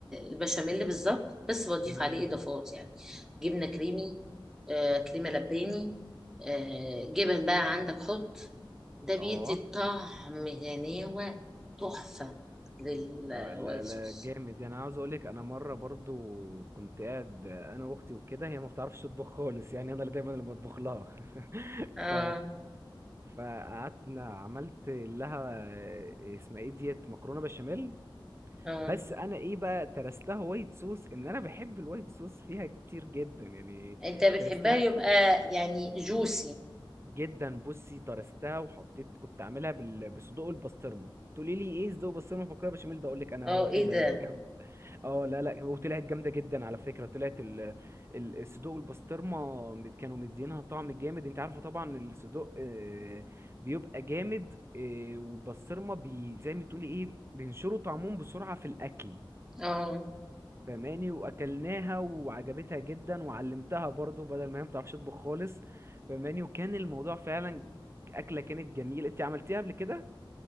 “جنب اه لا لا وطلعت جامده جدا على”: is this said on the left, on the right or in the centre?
Right